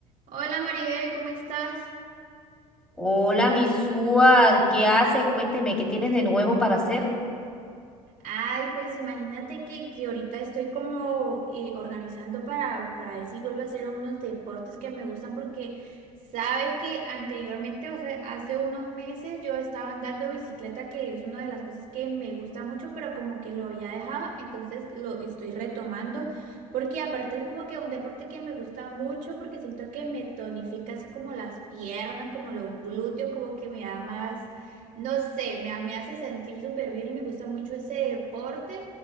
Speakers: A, on the right; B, in the centre.
A: Hola Maribel, ¿cómo estás?
B: Hola, mi Suar, ¿qué haces? Cuénteme, ¿qué tienes de nuevo para hacer?
A: Ay, pues imagínate que, que ahorita estoy como eh, organizando para, para ver si vuelvo a hacer unos deportes que me gustan porque sabes que anteriormente, o sea, hace unos meses yo estaba andando bicicleta, que es una de las cosas que me gusta mucho, pero como que lo había dejado, entonces lo estoy retomando porque aparte es como que un deporte que me gusta mucho porque siento que me tonifica así como las piernas, como los glúteos, como que me da más No sé, me, me hace sentir súper bien y me gusta mucho ese deporte.